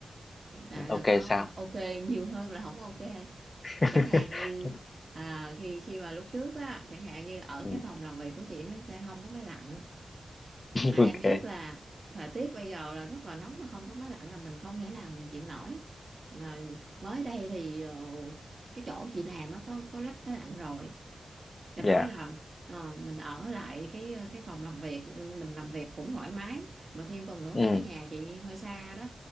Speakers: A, on the right (about 45°); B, on the left (about 40°).
A: hiện tại là
B: ok
A: có
B: sao?
A: ok nhiều hơn là không ok
B: <laughs>
A: chẳng hạn như à, khi khi mà lúc trước á chẳng hạn như ở
B: Ừ,
A: cái phòng làm việc của chị nó sẽ không có máy lạnh mà
B: ok,
A: em biết là thời tiết bây giờ là rất là nóng mà không có máy lạnh là mình không thể nào mình chịu nổi mà mới đây thì ờ, cái chỗ chị làm á có có lắp máy lạnh rồi do
B: dạ,
A: đó là ờ, mình ở lại cái ờ, cái phòng làm việc ừ, mình làm việc cũng thoải mái mà thêm phần nữa
B: ừ,
A: là cái nhà chị hơi xa đó